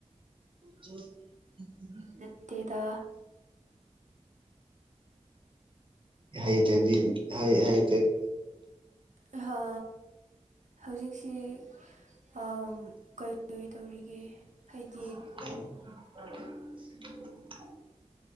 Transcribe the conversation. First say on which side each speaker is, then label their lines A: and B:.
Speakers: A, on the right (about 45°); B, on the right (about 80°).
A: <unintelligible>
B: ꯅꯠꯇꯦꯗ
A: ꯍꯩꫪꯗꯤ ꯍꯩ ꯍꯩ ꯇꯔ
B: ꯑꯍ ꯍꯧꯖꯤꯛꯁꯤ ꯑꯝ ꯀꯩ ꯀꯩ ꯀꯩ ꯇꯧꯔꯤꯒꯦ
A: <unintelligible>
B: ꯍꯥꯏꯗꯤ